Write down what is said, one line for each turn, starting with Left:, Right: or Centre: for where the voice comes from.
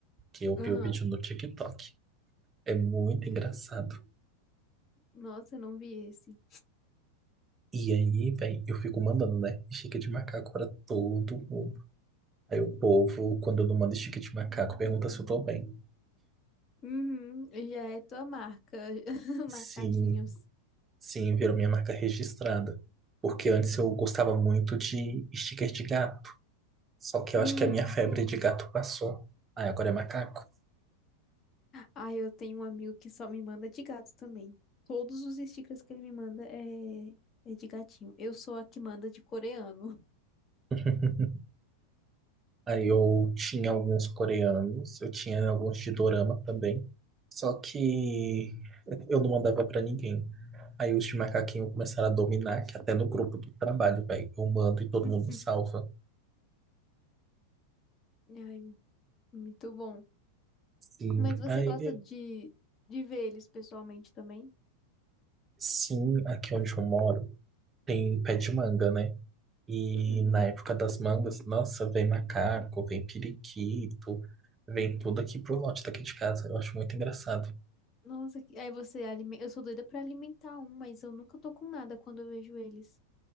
Right: que eu
Left: Aham.
Right: vi o vídeo no TikTok. É muito engraçado.
Left: Nossa, eu não vi esse.
Right: E aí, velho, eu fico mandando, né? Estica de macaco pra todo mundo. Aí o povo, quando eu não mando estica de macaco, pergunta se eu tô bem.
Left: Uhum, já é tua marca, <laughs>
Right: Sim,
Left: macaquinhos.
Right: sim, virou minha marca registrada. Porque antes eu gostava muito de sticker de gato. Só que
Left: Hum,
Right: eu acho que a minha febre
Left: sim.
Right: de gato passou. Aí agora é macaco.
Left: Ah, eu tenho um amigo que só me manda de gato também. Todos os stickers que ele me manda é, é de gatinho. Eu sou a que manda de coreano.
Right: <laughs> Aí eu tinha alguns coreanos, eu tinha alguns de dorama também. Só que eu não mandava pra ninguém. Aí os de macaquinho começaram a dominar, que até no grupo do trabalho, velho, eu mando e todo
Left: <laughs>
Right: mundo salva.
Left: Ai, muito bom.
Right: Sim.
Left: Mas você
Right: Aí,
Left: gosta
Right: eu-
Left: de, de ver eles pessoalmente também?
Right: sim, aqui onde eu moro tem pé de manga, né? E
Left: Uhum.
Right: na época das mangas, nossa, vem macaco, vem periquito, vem tudo aqui pro lote daqui de casa. Eu acho muito engraçado.
Left: Nossa, que- aí você alimenta. Eu sou doida pra alimentar um, mas eu nunca tô com nada quando eu vejo eles.